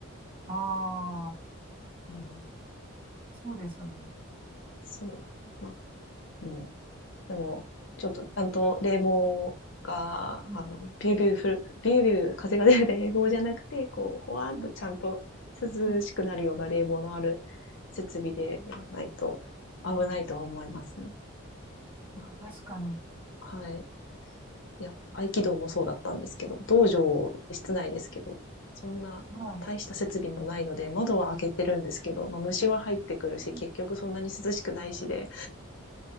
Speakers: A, on the right; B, on the left.
A: ああ、
B: うん
A: そうですよね。
B: そう。まあ、うん。でも、ちょっとちゃんと冷房が、
A: うん。
B: あの、ビュービューふる、ビュービュー風が出る冷房じゃなくて、こう、ほわーっとちゃんと涼しくなるような冷房のある
A: うん。うん。
B: 設備でやらないと危ないとは思いますね。
A: うん
B: ま
A: 確かに。
B: あ、はい。いや、合気道もそうだったんですけど、道場って室内ですけど、そんな大した設備もないので、
A: は
B: 窓は開けてるんですけど、まあ虫は入ってくるし、
A: い。うん
B: 結局そんなに涼しくないしで、